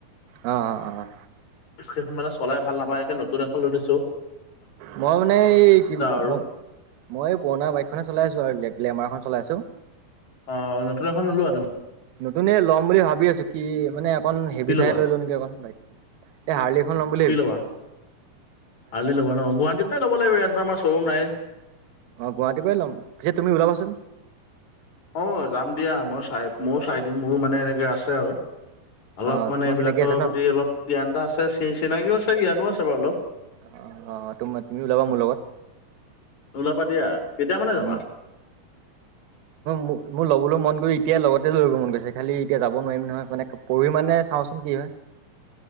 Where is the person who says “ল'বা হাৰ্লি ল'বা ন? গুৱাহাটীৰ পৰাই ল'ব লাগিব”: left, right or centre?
Left